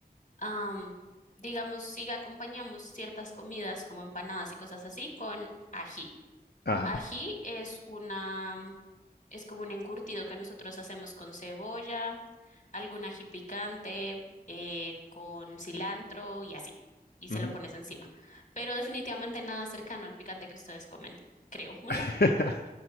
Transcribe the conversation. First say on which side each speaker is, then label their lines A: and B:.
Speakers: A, on the left; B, on the left.
A: Am, digamos, sí acompañamos ciertas comidas como empanadas y cosas así con ají.
B: Ajá.
A: Ají es una, es como un encurtido que nosotros hacemos con cebolla, algún ají picante, eh, con cilantro y así. Y se
B: Ujú.
A: lo pones encima. Pero definitivamente nada cercano al picante que ustedes comen, creo. <laughs>
B: <laughs>